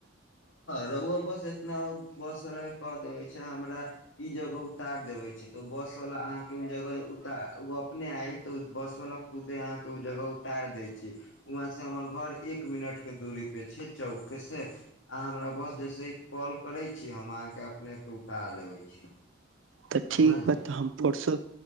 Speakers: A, on the left; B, on the right.
A: रउआ बस सेतना बस ल क तऽ ओहिस हमरा इ जगह क उतार देबै तऽ बस वाला अहाँके उ जगह उता ओ अपने आई तऽ बस वाला खुद अहाँ के उ जगह उतार दे छै ज <inaudible> वहं से हमर घर एक मिनट के दूरी पे छैक चौकस अहाँ हमरा बस जैसे ही कॉल करै छी हम अहाँके अपनेकेँ उठार लेबै छी
B: तऽ ठीक
A: समझली
B: बात तऽ हम परसो